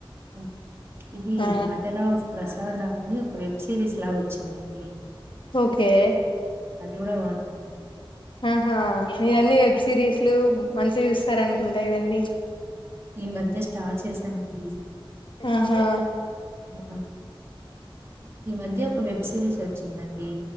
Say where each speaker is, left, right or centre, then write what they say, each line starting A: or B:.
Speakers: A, on the right; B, on the left.
A: హ్మ్. ఇది
B: ఆ
A: డాటర్ ఆఫ్ ప్రసాద్ రావు అని ఒక వెబ్ సిరీస్ లాగా వచ్చిందండి
B: ఒకే
A: అది కూడా బాగుంది
B: అహ మీక్ ఎన్నీ సిరీస్ లు మంచి చూస్తార అనుకుంటా కదండిా
A: ఈ మధ్య స్టార్ట్ చేశానండి
B: అహా
A: ఆ, ఈ మధ్య ఒక వెబ్ సిరీస్ వచ్చిందండి